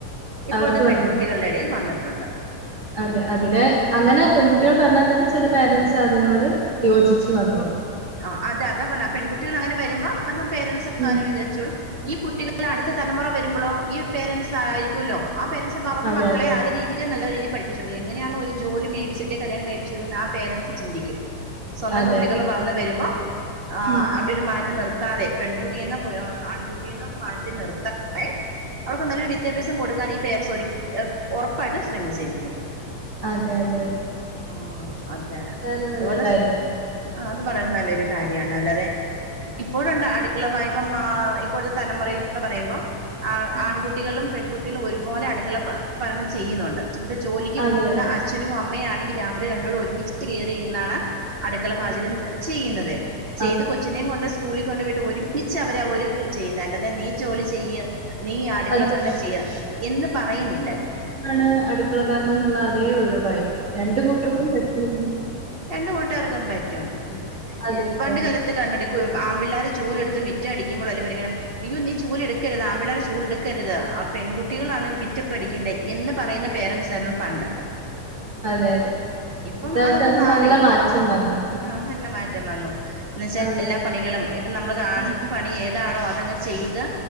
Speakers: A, on the right (about 35°); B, on the right (about 60°).
A: ഇപ്പോഴത്തെ
B: അവർക്ക്
A: പെൺകുട്ടികളുടെ
B: വന്നിട്ടുണ്ട്
A: ഇടയിൽ വന്നിട്ടുണ്ട്.
B: അതെ അതിനെ അങ്ങനെ പെൺകുട്ടികൾ പർഞ്ഞാ തന്നെ ചെല പേരൻസ് അതിനോട് യോജിച്ച് വന്നോളു.
A: ആ അത അതാ പർഞ്ഞേ പെൺകുട്ടികൾ അങ്ങനെ വരുമ്പം അതും പേരൻസ്
B: ഉം
A: <unintelligible> വിചാരിച്ചോളും ഈ കുട്ടിക ൾ അടുത്ത തലമുറ വരുമ്പളോ ഈ പേരൻസ് ആയിരിക്കുല്ലോ ആ പേരൻസ് അപ്പ അവർണ
B: അതെ
A: മക്കളെ
B: അതെ അതെ
A: അത് രീ തീരെ നല്ല രീതി പഠപ്പിച്ചുടുളൂ എങ്ങനെയണ ഒരു ജോലി മേടിച്ചിട്ടേ കല്യാണം കഴിപ്പിച്ച് വിടു എന്ന് ആ പേരൻറ്സ് ചിന്തിക്കും സ്വന്തം
B: അതെ
A: കുട്ടികൾ
B: അതെ
A: വളർന്ന് വരുമ്പോ ആ
B: ഉം
A: അവിടെയൊരു മാറ്റം നിർ ത്താതെ പെൺകുട്ടിയെന്നും ആൺകുട്ടിയെന്നും മാറ്റി നിർത്താതെ അവർക്ക് നല്ലൊരു വിദ്യാഭ്യാസം കൊടുക്കാൻ ഈ പേരൻറ്സ് ഒരി ഉറപ്പായിട്ടും ശ്രമിച്ചിരിക്കും
B: അതെ അതെ അതെ
A: ആഹ് അതെ
B: വളരെ നല്ല
A: അതുപോലെ
B: കാര്യണത്.
A: സ് അ തു പറയുന്ന നല്ലൊരു കാര്യമാണ് അല്ലാതെ ഇപ്പോഴുണ്ട് അടുക്കള പോയപ്പം ആ ഇപ്പോഴത്തെ തലമുറൽന്ന് പറയുമ്പോം ആ
B: ഉം
A: ആൺകുട്ടികളും പെൺകുട്ടികളും ഒരുപോലെ അടുക്കള ഭരണം ചെയ്യുന്നുണ്ട് ഇപ്പ ജോലിക്ക്
B: അതെ
A: പോകുന്ന
B: അതെ
A: അച്ഛനും അമ്മയും ആണെങ്കിൽ രാവിലെ രണ്ടോളം ഒരുമിച്ച് കേറി നിന്നാണ് അടുക്കള പാചകം
B: അതെ അതെ
A: ചെയ്യുന്നത് ചെയ്ത്
B: അതെ
A: കൊച്ചിനെയും കൊണ്ട് സ്കൂളിൽ കൊണ്ട് പോയിട്ട് ഒരുമിച്ച് അവർ ഒരു ചെയ്യുന്ന അല്ലാതെ നീ ജോലി
B: അതെ
A: ചെയ്യ് നീ അടുക്കള
B: അത്
A: ഭരണം ചെയ്യ് എന്ന് പറയുന്നില്ല
B: ആണ് അടുക്കള ഭരണന്നുള്ള അതേ ഒഴിവായി രണ്ട് കൂട്ടർക്കും
A: ആഹ്
B: പറ്റില്ല
A: രണ്ട് കൂട്ടുകർക്കും പറ്റും മ്
B: അതെ
A: പണ്ട്
B: അതെ
A: കാല <unintelligible> ആമ്പിള്ളേര് ചൂലെടുത്ത് മിറ്റം അടിക്കുമ്പൊ വലിയ <unintelligible> അയ്യോ നീ ചൂലെടുക്കരുത് ആമ്പിള്ളേ ചൂല് എടുക്കരുത് പെൺകുട്ടികളാണ് മിറ്റം അടിക്കണ്ടേ എന്ന് പറയുന്ന പേരൻറ്സ് ആയിരുന്നു പണ്ട്
B: അതെ അതെ
A: ഇപ്പം
B: ഇന്നത്തെ കാലത്ത്
A: അതൊക്കെ
B: അത്
A: മാറി
B: നല്ല മാറ്റം വന്ന്
A: ആഹ് നല്ല മാറ്റം വന്നു എന്ന വെച്ചാൽ
B: അതെ
A: എല്ലാ പണികളും ഇപ്പൊ നമ്മള് കാണുന്ന
B: ഉം
A: പണി ഏതാണോ അതങ്ങ് ചെയ്ത്